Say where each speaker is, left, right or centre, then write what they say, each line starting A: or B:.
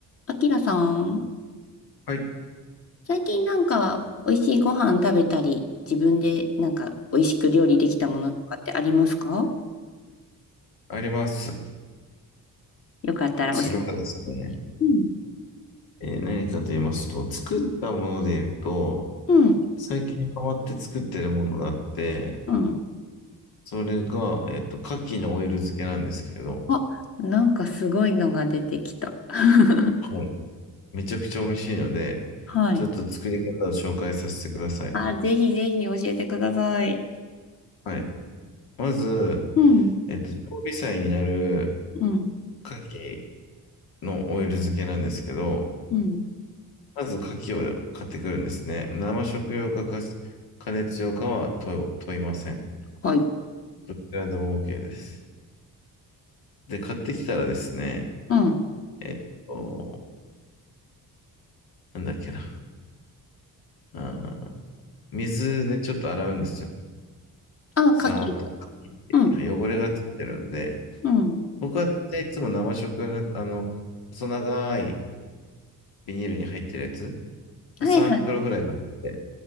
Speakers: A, on the left; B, on the left.
A: あきらさん、
B: はい、
A: 最近なんか美味しいご飯食べたり、自分でなんか美味しく料理できたものとかってありますか
B: あります。
A: よかったら教えて。
B: それはですね、
A: うん。
B: えー何かと言いますと、作ったもので言うと、
A: うん。うん。
B: 最近変わって作ってるものがあって、
A: うん
B: それが、えっと、牡蠣のオイル漬けなんですけど、
A: あ、なんかすごいのが出てきた。<laughs>
B: はい、めちゃくちゃ美味しいので、
A: はい。
B: ちょっと作り方を紹介させてください。
A: あ、ぜひぜひ教えてください。
B: はい。まず、
A: うん。
B: えっと、常備菜になる
A: うん。
B: 牡蠣のオイル漬けなんですけど、
A: うん。
B: まず牡蠣を買ってくるんですね。生食用か、か加熱用かは問問いません。
A: はい。
B: どちらでも OK です。で、買ってきたらですね、
A: うん。
B: えっと、なんだっけな。あー水でちょっと洗うんですよ。
A: あ、
B: さーっと。
A: 牡蠣。うん。
B: 汚れがついてるんで、
A: うん。
B: 僕は大体いつも生食用の、あの、細長いビニールに入ってるやつ、まあ3袋ぐらい買って、
A: はいはい。